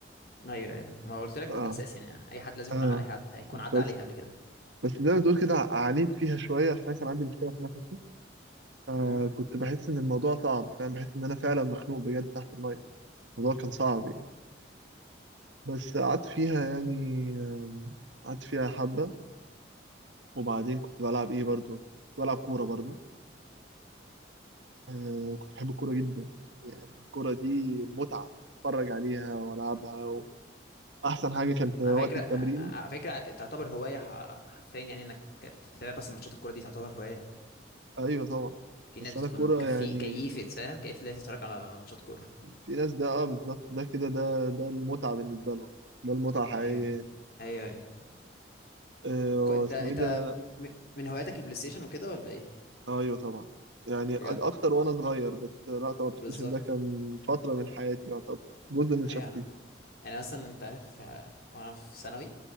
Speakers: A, on the left; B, on the right.
A: ايوه ايوه ما قلت لك ده
B: اه
A: اساسي يعني اي حد لازم يكون
B: اه
A: ع- اي حد هيكون
B: بس
A: عدى عليها قبل كده
B: بس زي ما تقول كده عانيت فيها شويه عشان أنا كان عندي مشكله في نفسي فكنت
A: امم
B: بحس ان الموضوع صعب فاهم بحس ان انا فعلا مخنوق بجد تحت الميه الموضوع كان صعب يعني بس قعدت فيها يعني آم، قعدت فيها حبه وبعدين كنت بلعب ايه برضو كنت بلعب كوره برضو آه كنت بحب الكوره جدا يعني الكوره دي متعه اتفرج عليها والعبها واحسن حاجه كان في وقت
A: على فكرة
B: التمرين
A: على فكرة تعتبر هواية ح- حرفيا يعني انك تتابع بس ماتشات الكورة دي تعتبر هواية
B: ايوه طبعا
A: في
B: بس
A: ناس بتكون
B: انا الكوره
A: كفي
B: يعني
A: كيفة فاهم كيفة اللي هي تتفرج على ماتشات كورة
B: في ناس ده اه بالظبط ده كده ده ده المتعة بالنسبة لهم ده المتعة حقيقية
A: ايوه
B: يعني
A: ايوه ايوه
B: آه،
A: ك- انت
B: اسمه
A: انت
B: ايه ده
A: م- م- من هواياتك البلاي ستيشن وكده ولا ايه؟
B: ايوه طبعا يعني
A: بجد
B: أ- اكتر وانا صغير بس لا طبعا البلايستيشن
A: بالظبط
B: ده كان فترة من حياتي يعتبر جزء من
A: ايوه
B: شخصيتي
A: انا يعني مثلا انت عارف آه، وانا في ثانوي